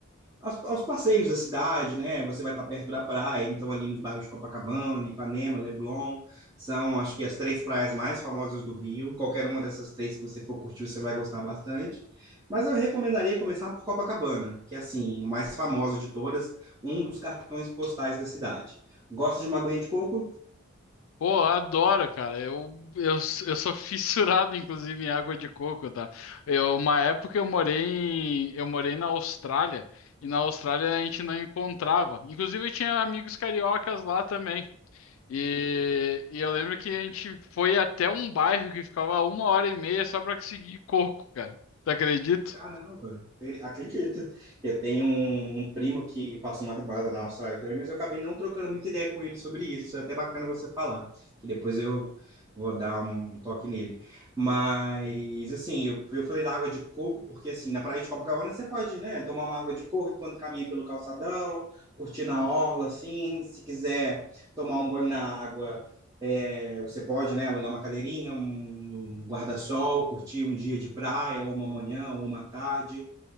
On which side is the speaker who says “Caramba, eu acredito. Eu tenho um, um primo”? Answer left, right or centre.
Right